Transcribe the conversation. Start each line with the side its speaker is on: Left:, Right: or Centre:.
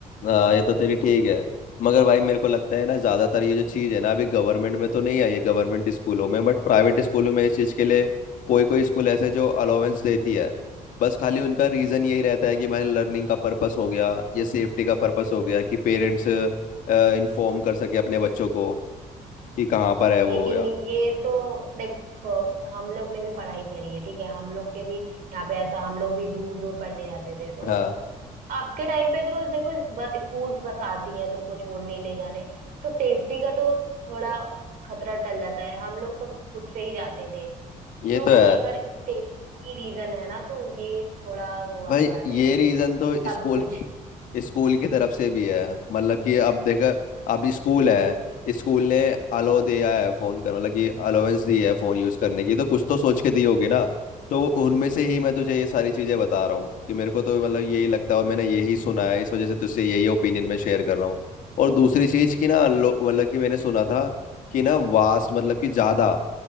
Left: हाँ ये तो तेरी ठीक है मगर भाई मेरे को लगता है ना ज्यादातर ये जो चीज है ना अभी गवर्नमेंट में तो नहीं आई है गवर्नमेंट स्कूलों में बट प्राइवेट स्कूलों में इस चीज के लिए कोई कोई स्कूल ऐसे जो अलाउंस देती है बस खाली उनका रीजन यही रहता है कि भाई लर्निंग का पर्पस हो गया या सेफ्टी का पर्पस हो गया कि पेरेंट्स इन्फॉर्म कर सके अपने बच्चों को कि कहाँ पर है वो
Right: लेकिन
Left: या
Right: ये तो देखो हम लोग ने भी पढ़ाई करी है ठीक है हम लोग के भी यहाँ पे ऐसा हम लोग भी दूर दूर पढ़ने जाते थे तो
Left: हाँ
Right: आपके टाइम पे तो देखो ब- स्कूल्स बस आती हैं तुमको छोड़ने ले जाने तो सेफ्टी का तो थोड़ा खतरा टल जाता है हम लोग तो खुद से ही जाते थे
Left: ये
Right: तो
Left: तो
Right: भाई
Left: है
Right: अगर सेफ्टी रीजन है ना तो ये थोड़ा वो वाली
Left: भाई
Right: बात
Left: ये
Right: है कि
Left: रीजन तो
Right: सब
Left: स्कूल
Right: जी कुछ
Left: स्कूल की तरफ से भी है मतलब कि अब देखा अब स्कूल है स्कूल ने अलो दिया है फोन कर मतलब कि अलोवेंस दी है फोन यूज करने की तो कुछ तो सोच के दी होगी ना तो उनमें से ही मैं तुझे ये सारी चीजें बता रहा हूँ कि मेरे को तो मतलब यही लगता है और मैंने यही सुना है इस वजह से तुझसे यही ओपिनियन मैं शेयर कर रहा हूँ और दूसरी चीज की ना लो- मतलब कि मैंने सुना था कि ना वास्ट मतलब कि ज्यादा